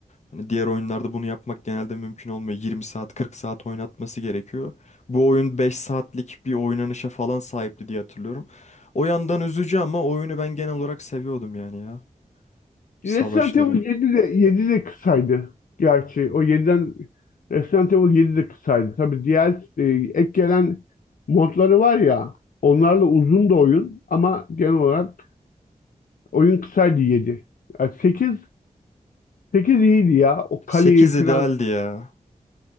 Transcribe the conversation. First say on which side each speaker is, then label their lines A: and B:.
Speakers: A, on the left; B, on the left.
A: Hani diğer oyunlarda bunu yapmak genelde mümkün olmuyor. 20 saat 40 saat oynatması gerekiyor. Bu oyun 5 saatlik bir oynanışa falan sahipti diye hatırlıyorum. O yandan üzücü ama oyunu ben genel olarak seviyordum yani ya. Savaşları.
B: Resident Evil 7 de, 7 de kısaydı. Gerçi o yediden Resident Evil 7 de kısaydı. Tabii diğer e, ek gelen modları var ya onlarla uzun da oyun ama genel olarak oyun kısaydı 7. Yani sekiz 8 iyiydi ya. O kaleyi
A: sekiz
B: falan
A: idealdi ya.